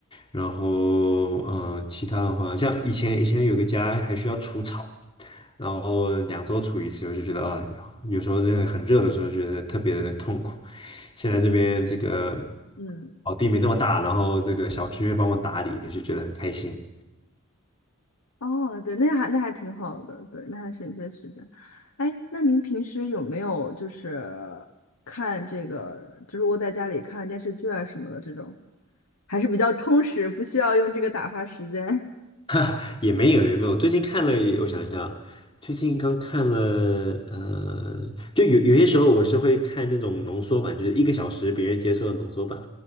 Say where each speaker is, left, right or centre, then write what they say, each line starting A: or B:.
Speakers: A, on the left; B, on the left.
A: 然后嗯，其他的话，像以前以前有个家还需要除草，然后两周除一次，我就觉得啊，有时候那个很热的时候觉得特别的痛苦。现在这边这个
B: 嗯。
A: 草地没那么大，然后这个小区会帮我打理，就觉得很开心。
B: 哦，对，那还那还挺好的，对，那还省一些时间。哎，那您平时有没有就是看这个，就是窝在家里看电视剧啊什么的这种，还是比较充实，不需要用这个打发时间。
A: <laughs> 也没有也没有，最近看了，我想一下，最近刚看了，呃，就有有些时候我是会看那种浓缩版，就是一个小时别人接受的浓缩版。